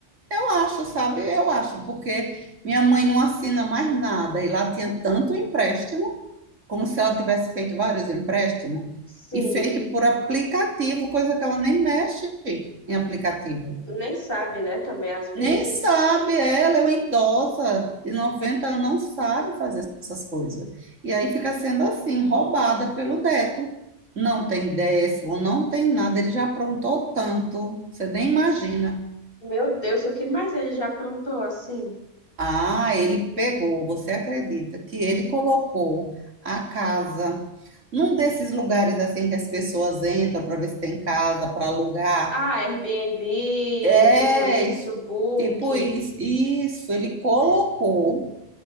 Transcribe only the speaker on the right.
Eu acho, sabe? Eu acho, porque minha mãe não assina mais nada e lá tinha tanto empréstimo, como se ela tivesse feito vários empréstimos,
e feito por aplicativo, coisa que ela nem mexe em aplicativo.
Nem sabe, ela é uma idosa de 90, anos, não sabe fazer essas coisas. E aí fica sendo assim, roubada pelo neto. Não tem décimo, não tem nada, ele já aprontou tanto, você nem imagina.
Ah, ele pegou, você acredita que ele colocou a casa num desses lugares assim que as pessoas entram para ver se tem casa para alugar?
É,
isso,
tipo isso, isso, ele colocou